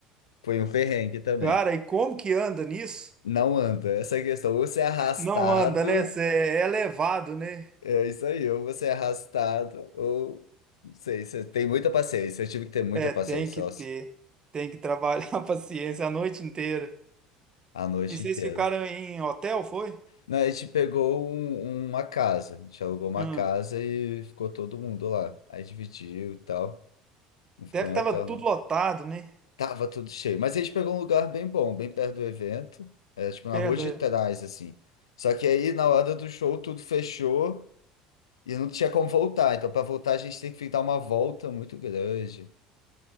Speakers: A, on the left; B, on the right.
A: <laughs> foi um perrengue também.
B: cara, e como que anda nisso?
A: Não anda, essa é a questão. Ou você é arrastado,
B: Não anda, né? Cê é elevado, né?
A: é isso aí, ou você é arrastado, ou não sei, você tem muita paciência. Eu tive que ter muita
B: É,
A: paciência,
B: tem que
A: nossa,
B: ter. Tem que trabalhar <laughs> a paciência a noite inteira.
A: a noite
B: E vocês
A: inteira.
B: ficaram em hotel, foi?
A: Não, a gente pegou um- uma casa, a gente alugou uma
B: Hum.
A: casa e ficou todo mundo lá. Aí dividiu e tal, não ficou
B: Deve
A: em
B: que tava
A: hotel,
B: tudo
A: não.
B: lotado, né?
A: Tava tudo cheio. Mas a gente pegou um lugar bem bom, bem perto do evento. É, tipo,
B: Perda.
A: na rua de trás, assim. Só que aí, na hora do show, tudo fechou e não tinha como voltar. Então, para voltar, a gente tem que dar uma volta muito grande.